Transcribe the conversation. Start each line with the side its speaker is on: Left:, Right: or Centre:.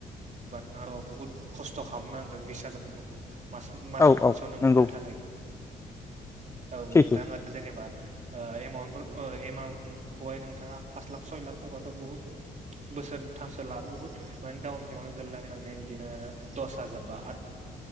Right: हमबा बुहुद खस्थ' खालामनांगोन बिस हाजारखौ। मास मास
Left: औ
Right: मोनसेयावनो
Left: औ नंगौ
Right: मोननो थाखाय। औ
Left: सैथो
Right: नोंथाङा जेनेबा ओ एमाउन्ट ओ एमाउन्टखौहाय नोंथाङा पास लाख सय लाख होबाथ' बुहुत बोसोरथामसो लाबाबो बुहुत माने डाउन नाव गोगैनानै माने बिदिनो दस हाजार बा आद